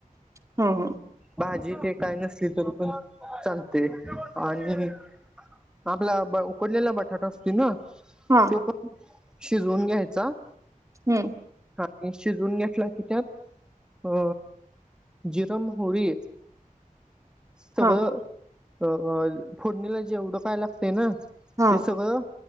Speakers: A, on the right; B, in the centre.
A: ह
B: भाजी ते काय नसली तरी पण चालते आणि आपला उकडलेला बटाटा असते ना
A: आ.,,,
B: तो शिजवून घ्यायचा
A: हम्म
B: हा आणि शिजवून घेतला की त्यात अ, जिरं मोहरी सगळं
A: हा
B: अ फोडणीला जेवढं काय लागतयं ना
A: हा
B: ते सगळं